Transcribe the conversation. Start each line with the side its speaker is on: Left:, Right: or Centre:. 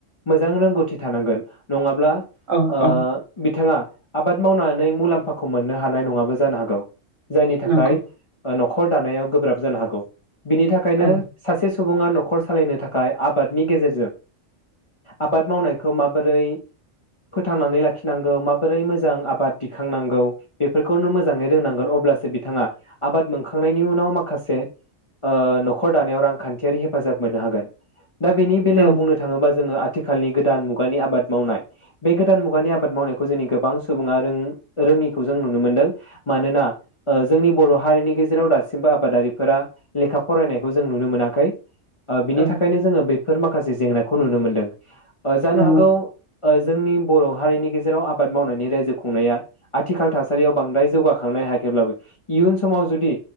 Left: मोजां रोंगौथि थानांगोन नङा ब्ला
Right: औ
Left: ओ
Right: औ
Left: बिथाङा आबाद मावनानै मुलाम्फाखौ मोननो हानाय नङाबो जानो हागौ जायनि थाखाय
Right: नंगौ
Left: ओ न'खर दानायाव गोब्राब जानो हागौ। बिनि थाखायनो
Right: औ
Left: सासे सु सुबुङा न'खर सालायनो थाखाय आबादनि गेजेरजों आबाद मावनायखौ माबोरै फोथांनानै लाखि नांगौ माबोरै मोजां आबाद दिखांनांगौ बेफोरखौनो मोजाङैनो रोंनांगोन अब्लासो बिथाङा आबाद मोनखांनायनि उनाव माखासे ओ न'खर दानायाव रांखान्थियारि हेफाजाब मोननो हागोन। दा बेनि बेलायाव
Right: औ
Left: बुंनो थाङोबा जोङो आ आथिखालनि गोदान मुगानि आबाद मावनाय बे गोदान मुगानि आबाद मावनायखौ जोंनि गोबां सुबुङा रों-रोङिखौ जों नुनो मोनदों। मानोना ओ जोंनि बर' हारिनि गेजेराव दासिमबो आबादारिफोरा लेखा फरायनायखौ जों नुनो मोनाखै। ओ बिनि
Right: औ
Left: थाखायनो जोङो बे बेफोर माखासे जेंनाखौ नुनो मोनदों। ओ जानो
Right: नंगौ
Left: हागौ। ओ जोंनि बर' हारिनि गेजे जेराव आबाद मावनायनि रायजो खुंनाया आथिखाल थासारियाव बांद्राय जौगाखांनो हायाखैब्लाबो इयुन समाव जुदि